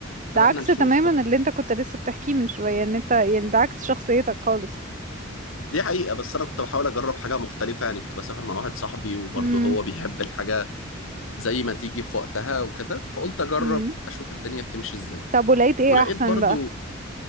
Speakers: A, on the right; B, on the left.
A: ده
B: بدأنا
A: عكس
B: نشوف
A: تماما
B: طب
A: اللي انت كنت لسه بتحكيه من شوية ان انت يعني ده عكس شخصيتك خالص
B: دي حقيقة بس أنا كنت بحاول أجرب حاجة مختلفة يعني كنت بسافر مع واحد صاحبي وبرضه
A: امم
B: هو بيحب الحاجة زي ما تيجي في وقتها وكده فقلت أجرب
A: امم
B: أشوف الدنيا بتمشي إزاي
A: طب ولقيت ايه
B: ولقيت
A: احسن
B: برضه
A: بقى